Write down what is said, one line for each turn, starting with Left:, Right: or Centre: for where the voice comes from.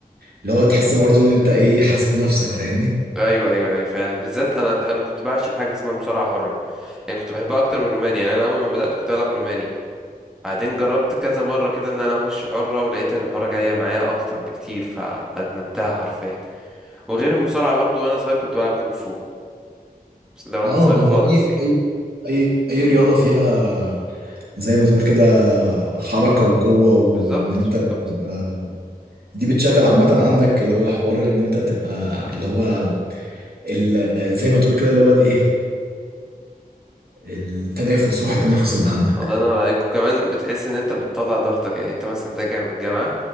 Right: اللي هو تحس برضو ان انت ايه حاسس بنفسك فاهمني
Centre: ايوه ايوه ايوه فعلا بالذات انا انا كنت بعشق حاجه اسمها مصارعه حره يعني كنت بحبها اكتر من روماني يعني انا اول ما بدات كنت بلعب روماني بعدين جربت كذا مرة كده ان انا اخش حرة ولقيت ان الحرة جاية معايا اكتر بكتير فادمنتها حرفيا وغير المصارعة برضو وانا صغير كنت بلعب كونغ فو بس ده وانا
Right: اه
Centre: صغير
Right: اللي
Centre: خالص
Right: هو اي
Centre: يعني
Right: اي اي اي رياضة فيها زي ما تقول كده حركة وقوة وان
Centre: بالظبط
Right: انت
Centre: بالظبط
Right: تبقى دي بتشغل عامة عندك اللي هو حوار ان انت تبقى اللي هو ال... زي ما تقول كده اللي هو الايه التنافس روح التنافس اللي عندك
Centre: الله ينور عليك وكمان بتحس ان انت بتطلع ضغطك يعني انت مثلا راجع من الجامعة